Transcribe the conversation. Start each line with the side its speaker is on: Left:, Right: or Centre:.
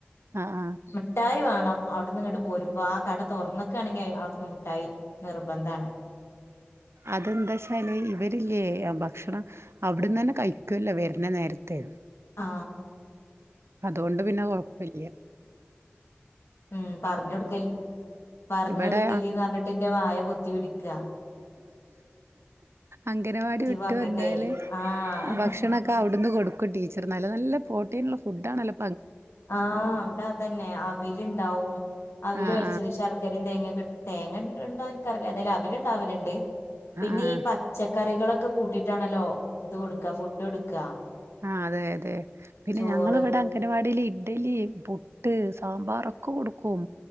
Right: ആ ആ
Left: മിട്ടായി വാ അവി അവിടെന്ന് ഇങ്ങട് പോരുമ്പോ ആ കട തോറന്ന്ക്കാണെങ്കി അവിടെന്ന് മിട്ടായി നിർബന്ധണ്.
Right: അത് എന്താച്ചാല് ഇവരില്ലേ ഭക്ഷണം അവിടുന്നന്നെ കയിക്കുലോ വരണ നേരത്ത്.
Left: ആ
Right: അതോണ്ട് പിന്നെ കൊഴപ്പില്യ.
Left: ഉം പറഞ്ഞോടുക്ക പറഞ്ഞോടുക്കല്ലി
Right: ഇവിടെ
Left: പറഞ്ഞിട്ട് എന്റെ വായ പൊത്തി പിടിക്ക.
Right: അംഗനവാടി വിട്ട്
Left: പറഞ്ഞിട്ടേ
Right: വന്നാല്
Left: ആഹ്
Right: ഭക്ഷണൊക്കെ അവിടെന്ന് കൊടുക്കും ടീച്ചർ. നല്ല നല്ല പ്രോട്ടീൻ ഉള്ള ഫു ഫുഡ് ആണല്ലോ
Left: ആ അവിടെ അതന്നെ അവില് ഇണ്ടാവും, അവില്
Right: ആഹ്
Left: കൊഴച്ചത് ശർക്കരയും, തേങ്ങയൊക്കെ ഇട്ട് തേങ്ങ ഇൻ ഇണ്ടോ എനിക്കാറില്ല എന്തായാലും അവില് ഇണ്ടാവലിണ്ട്.
Right: ആഹ് ആഹ്
Left: പിന്നെ
Right: ആഹ്
Left: ഈ പച്ചക്കറികളൊ ക്കെ കൂട്ടിട്ടാണല്ലോ ഇത് കൊടുക്ക ഫുഡ് കൊടുക്ക.
Right: ആ അതെ അതെ പിന്നെ
Left: ചോറ്
Right: ഞങ്ങള് ഇവിടെ അങ്കനവാടിയിൽ ഇഡലി, പുട്ട്, സാമ്പാറൊക്കെ കൊടുക്കും.